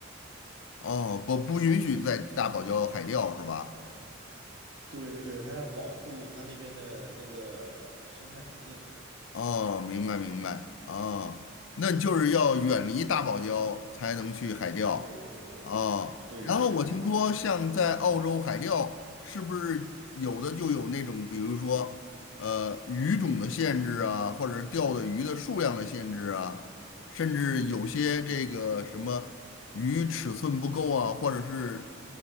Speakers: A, on the left; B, on the right.
A: 哦，不，不允许在大堡礁海钓是吧？
B: 对对对，他要保护他那边的那个生态环境。
A: 哦，明白明白，哦，那就是要远离大堡礁才能去海钓，
B: 对对对
A: 啊。
B: 对对对。
A: 然后我听说像在澳洲海钓是不是有的就有那种，比如说呃鱼种的限制啊，或者钓的鱼的数量的限制啊，甚至有些这个什么鱼尺寸不够啊，或者是